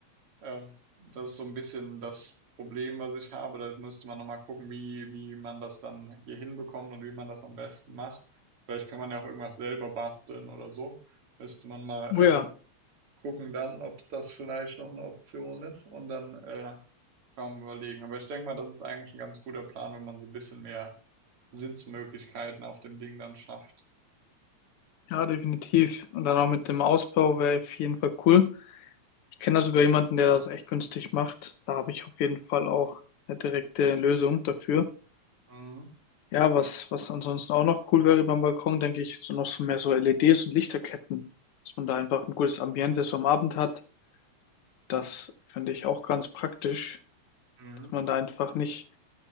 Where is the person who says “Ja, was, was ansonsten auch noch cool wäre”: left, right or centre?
Left